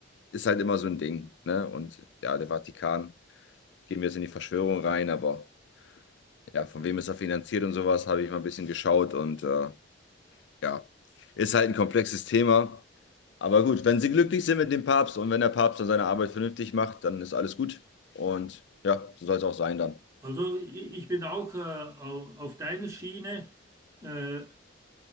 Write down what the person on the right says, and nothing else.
Also i- ich bin auch äh, au- auf deiner Schiene. Äh,